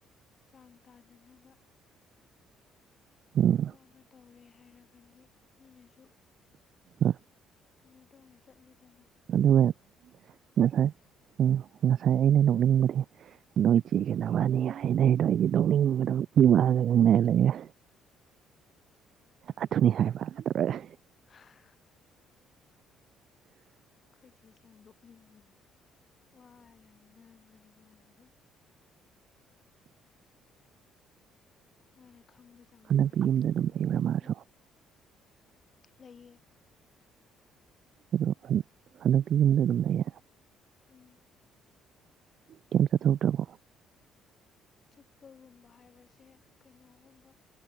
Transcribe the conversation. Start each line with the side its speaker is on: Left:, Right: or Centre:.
Left: ꯆꯥꯡ ꯇꯥꯅꯅꯕ
Right: ꯎꯝ
Left: ꯊꯕꯛ ꯑꯃ ꯇꯧꯔꯦ ꯍꯥꯏꯔꯕꯗꯤ ꯃꯤꯅꯁꯨ
Right: ꯑ
Left: ꯀꯩꯅꯣ ꯇꯧꯅ ꯆꯠꯂꯤꯦꯗꯅ
Right: ꯃꯁꯥꯏ ꯎꯝ ꯉꯁꯥꯏ ꯑꯩꯅ ꯅꯣꯛꯅꯤꯡꯕꯗꯤ ꯅꯣꯏ ꯆꯤꯒꯗꯅꯕꯅꯤ ꯍꯥꯏꯅ ꯍꯥꯏꯗꯣ ꯑꯩꯗꯤ ꯅꯣꯛꯅꯤꯡꯕꯗꯣ ꯃꯤꯃꯛꯥꯛꯑꯒ ꯉꯪꯅꯔ ꯂꯩꯒ ꯑꯗꯨꯊꯨꯅꯤ ꯍꯥꯏꯕꯒ ꯇꯧꯔꯒ
Left: ꯑꯩꯈꯣꯏ
Right: ꯎ
Left: ꯑꯩꯈꯣꯏꯁꯦꯁꯦ ꯌꯥꯝ ꯅꯣꯛꯅꯤꯡꯕꯅꯤ ꯋꯥ ꯌꯥꯝ ꯉꯥꯡꯕꯅꯤ ꯃꯥꯁꯨꯦ ꯑꯗꯨꯝ
Right: ꯎ
Left: ꯃꯥꯅ ꯈꯪꯕ ꯆꯥꯡꯗ
Right: ꯍꯟꯗꯛꯇꯤ
Left: ꯋꯥꯔꯤ
Right: ꯌꯨꯝꯗ
Left: ꯑꯗꯨꯝ
Right: ꯂꯩꯕ꯭ꯔꯥ
Left: ꯂꯤꯕ
Right: ꯃꯥꯁꯨ
Left: ꯂꯩꯌꯦ
Right: ꯑꯗꯣ ꯍꯟꯗꯛꯇꯤ ꯌꯨꯝꯗ ꯑꯗꯨꯝ ꯂꯩꯌꯦ
Left: ꯎꯝ
Right: ꯀꯦꯝ ꯆꯠ ꯊꯧꯗ꯭ꯔꯕꯣ
Left: ꯆꯠꯄꯒꯨꯝꯕ ꯍꯥꯏꯕꯁꯦ ꯀꯩꯅꯣꯒꯨꯝꯕ